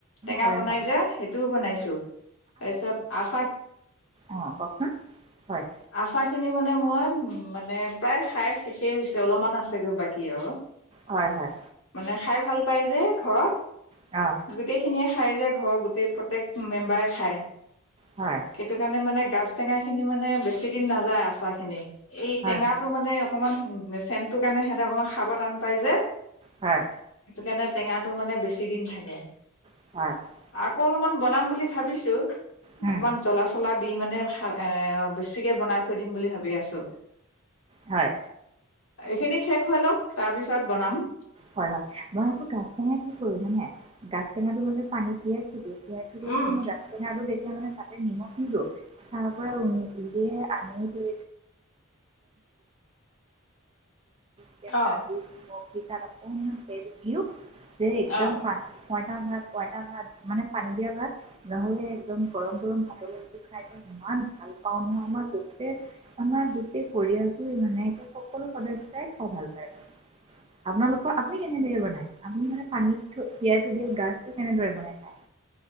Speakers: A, on the left; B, on the right.
A: টেঙা
B: হয়
A: বনাই
B: হয়
A: যে সেইটোও বনাইছো। তাৰপিছত আচাৰ
B: অঁ কওকচোন হয়।
A: আচাৰ খিনি মানে মই মানে প্ৰায় খাই শেষেই হৈছে অলপমান আছেগৈ বাকী আৰু
B: হয় হয়।
A: মানে খাই ভাল পায় যে ঘৰত।
B: অ।
A: গোটেইখিনিয়ে খাই যে ঘৰৰ গোটেই প্ৰত্যেক মেম্বাৰে খায়।
B: হয়
A: সেইটো কাৰণে মানে গাঁজ টেঙা খিনি মানে বেছি দিন নাযায় আচাৰ খিনি এই
B: হয়
A: টেঙাটো মানে অকণমান উম চেণ্টোৰ কাৰণে সিহঁতে অকণমান খাব টান পাই যে
B: হয়!
A: সেইকাৰণে, টেঙাটো মানে, বেছি দিন থাকে।
B: <unintelligible>
A: আকৌ অলপমান বনাম বুলি ভাবিছোঁ!
B: হয়
A: অকমান জ্বলা <unintelligible> দি মানে, <unintelligible> এ, বেছিকে বনাই থৈ দিম, বুলি ভাবি আছোঁ!
B: হয়!
A: এইখিনি শেষ হৈ লওঁক, তাৰপিছত বনাম।
B: হয়, হয়! মই আকৌ, গাঁজ টেঙা কি কৰোঁ জানে! গাঁজ টেঙাটো মই যে, পানীত তিয়াই থৈ দিওঁ। <unintelligible>
A: উম
B: গাঁজ টেঙা আৰু <unintelligible> মানে, এই নিমখ নিদোঁ। তাৰপৰা উ, উলিয়াই আনি থৈ <unintelligible> <unintelligible>
A: অ
B: অকমান তেল দিওঁ, সেই একদম
A: অ
B: পান পইতা ভাত-পইতা ভাত। মানে, পানী দিয়া ভাত। নহ'লে একদম গৰম-গৰম ভাতৰ লগত খাই মই, ইমান ভাল পাওঁ নহয়! আমাৰ গোটেই আমাৰ গোটেই পৰিয়ালটোৱে মানে, একে সকলো সদস্যই খাই ভাল পায়। আপোনালোক আপুনি কেনেদৰে বনাই? আপুনি মানে, পানীত থৈ, তিয়াই থৈ দিয়া গাঁজটো, কেনেদৰে বনাই খায়?